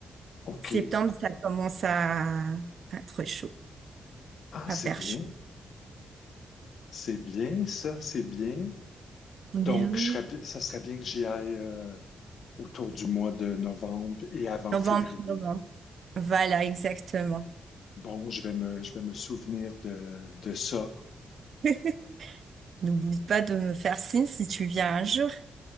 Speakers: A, on the left; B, on the right.
A: OK.
B: Septembre, ça commence à, à être chaud,
A: Ah,
B: à
A: c'est
B: faire
A: bien.
B: chaud.
A: C'est bien, ça, c'est bien.
B: Ben
A: Donc,
B: oui.
A: je serais, bi- ça serait bien que j'y aille. euh, autour du mois de novembre et avant
B: Novembre,
A: février.
B: novembre. Voilà, exactement.
A: Bon, je vais me, je vais me souvenir de, de ça.
B: <laughs> N'oublie pas de me faire signe si tu viens un jour.